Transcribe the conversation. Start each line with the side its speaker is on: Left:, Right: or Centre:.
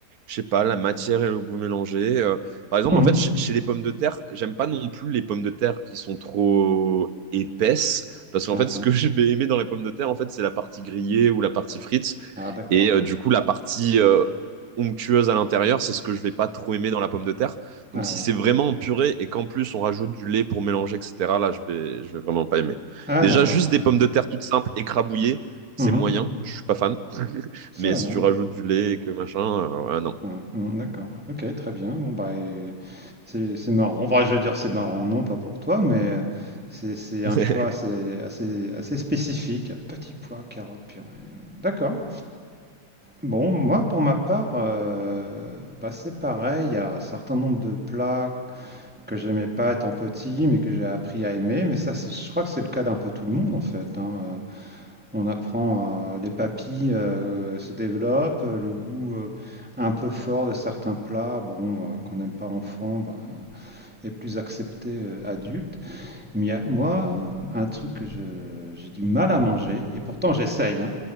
Right: je sais pas, la matière et le goût mélangés. euh. Par exemple,
Centre: Mhm.
Right: en fait, ch- chez les pommes de terre, j'aime pas non plus les pommes de terre qui sont trop épaisses, parce qu'en
Centre: Ah
Right: fait, ce
Centre: oui.
Right: que <laughs> je vais aimer dans les pommes de terre, en fait, c'est la partie grillée ou la partie frite.
Centre: Ah d'accord.
Right: Et euh, du coup, la partie euh, onctueuse à l'intérieur, c'est ce que je vais pas trop aimer dans la pomme de terre.
Centre: Ah
Right: Donc si
Centre: oui.
Right: c'est vraiment en purée et qu'en plus on rajoute du lait pour mélanger, etc., là je vais, je vais vraiment pas aimer.
Centre: Ah
Right: Déjà,
Centre: d'accord.
Right: juste des pommes de terre toutes simples, écrabouillées, c'est
Centre: Mhm.
Right: moyen, je suis pas fan.
Centre: Ça
Right: Mais
Centre: alors.
Right: si tu rajoutes du lait et que machin, euh, ah non.
Centre: Ah, non, d'accord. Ok, très bien. Bon bah et c'est c'est marrant. Enfin, je veux dire c'est marrant, non, pas pour toi, mais euh, c'est c'est
Right: <laughs>
Centre: un choix assez assez assez spécifique. Petit pois, carottes, purée. euh, D'accord. Bon, moi, pour ma part, euh, bah, c'est pareil. Il y a un certain nombre de plats que j'aimais pas étant petit, mais que j'ai appris à aimer. Mais ça, c'est, je crois que c'est le cas d'un peu tout le monde, en fait. hein. Euh, On apprend, euh, les papilles euh, se développent, euh, le goût euh, un peu fort de certains plats, bon, euh, qu'on n'aime pas enfant, bah, est plus accepté euh, adulte. Mais il y a, moi, un truc que je- j'ai du mal à manger, et pourtant j'essaye, hein.